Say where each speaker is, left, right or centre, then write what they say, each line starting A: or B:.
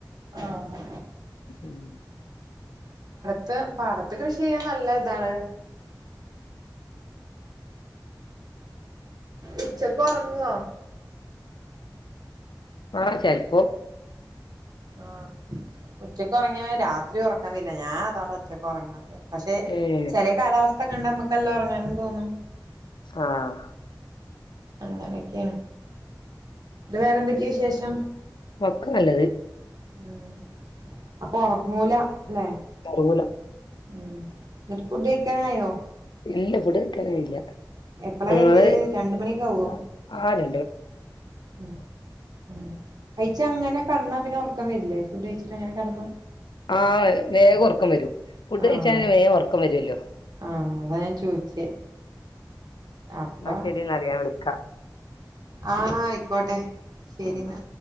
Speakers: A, on the right; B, on the left.
A: ആഹ്
B: ഉം
A: ഇന്ന് പാടത്ത് കൃഷി ചെയ്യാൻ നല്ല ഇതാണ് ഉച്ചക്ക് ഉറങ്ങോ
B: ആഹ ചെൽപ്പോ
A: ആഹ ഉച്ചക്ക് ഒറങ്ങിയ രാത്രി ഉറക്കംവരില്ല ഞാൻ അതാണ്ട് ഉച്ചക്ക് ഒറങ്ങാത്തെ പക്ഷെ
B: ഏഹ്
A: ചെല കാലാവസ്ഥ കണ്ട നമ്മുക്ക് എല്ലാം ഒറങ്ങാനും തോന്നും
B: ആഹ
A: അങ്ങനെക്കെണ് അത് വേറെന്തൊക്കെയ വിശേഷം
B: ഒക്കെ നല്ലത്
A: ഉം അപ്പൊ ഒറങ്ങൂല ലെ
B: അറിയൂല
A: ഉം എന്നിട്ട് ഫുഡ് കഴിക്കാനായോ
B: ഇല്ല ഫഡ്കഴിക്കാൻ ആയില്ല
A: എപ്പളാ കഴിക്കല്
B: അത്
A: രണ്ട് മണിയൊക്കെ ആവോ
B: ആണ്
A: ഉം ഉം കഴിച്ച അങ്ങനെ കെടന്ന പിന്നെ ഉറക്കം വരില്ലേ ഫുഡ് കഴിച്ചിട്ട് അങ്ങനെ കടന്നാ
B: ആഹ വേഗം ഒറക്കം വരും ഫുഡ്
A: ആഹ്
B: കഴിച്ച വേഗം ഒറക്കം വരുല്ലോ
A: ആഹ് അതാ ഞാൻ ചോദിച്ചേ അപ്പൊ
B: എന്ന ശരി എന്നാല് ഞാൻ വിളിക്ക
A: ആഹ ആയിക്കോട്ടെ ശരിന്നാ
B: ആഹ്